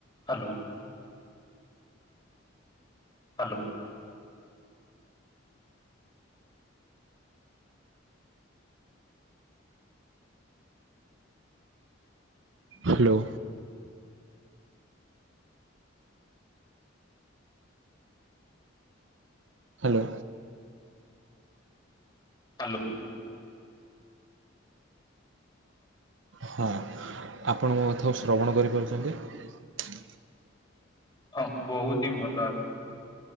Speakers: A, on the left (about 25°); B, on the right (about 65°).
A: Hello. Hello.
B: Hello. Hello.
A: Hello.
B: ହଁ ଆପଣ ମଧ୍ୟ ଶ୍ରବଣ କରିପାରୁଛନ୍ତି?
A: ହଁ ବହୁତି ହିଁ ଭଲ।